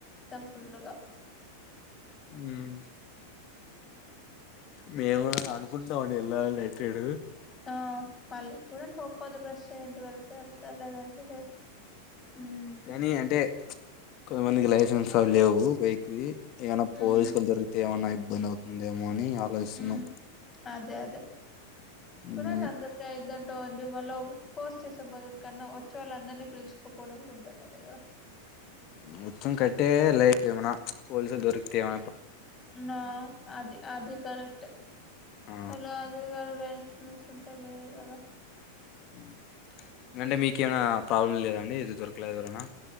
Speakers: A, on the left; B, on the left.
A: ఫుల్ గా
B: ఉమ్ మేము కూడా అనుకుంటాం అండి ఎళ్ళ లీ ఏ టె డు
A: ఆ అల్ చూడండి ఒప్కోద్ ఫస్ట్ టె వెళ్తే వెళ్తార్ లేదంటే లేదు ఉమ్
B: కానీ అంటే కొది మందికి లై సెన్స్ లేవు బైకి ఏమైన్నా పోలీసుకలు
A: ఉమ్
B: దొరిగితే ఏమన్నా ఇబ్బంది అవు అదే అని ఆలోచిస్తున్నాం
A: ఉమ్ అదే అదే చూడండి
B: ఉమ్,
A: అందరికఐదఅన్ టె ఒది మళ్ళా ఫోర్స్ చేసే బదులు కన్నా వచ్చే వాళ్ళ అందరినీ పిలుచుకోపోవడం కూడా బెటర్గా
B: మొత్తం కట్టే లైక్ ఏమనా పోలీసు దొరికుతేవా
A: నా అది అది కరెక్ట్
B: ఆ
A: పలో అది క నుంచుంటే మెల్ కదా
B: హ అంటె మీకేమనా ప్రాబ్లం లేదఅండి ఎది దొరకలేద నా అ